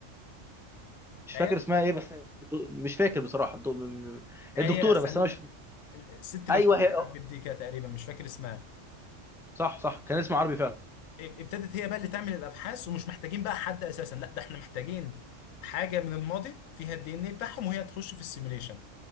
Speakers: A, in the centre; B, on the left.
A: مش
B: ايه
A: فاكر اسمها ايه بس الدو- مش فاكر بصراحه الدو... م- م-
B: ايه
A: الدكتوره
B: سلمى
A: بس انا مش
B: الست اللي
A: ايوه
B: وشها
A: هي
B: محبب دي كده تقريبا مش فاكر اسمها
A: صح صح كان اسمها عربي فعلا
B: ابتدت هي بقى اللي تعمل الابحاث ومش محتاجين بقى حد اساسا لا ده احنا محتاجين حاجه من الماضي فيها الدي ان ايه بتاعهم وهي تخش في السيميوليشن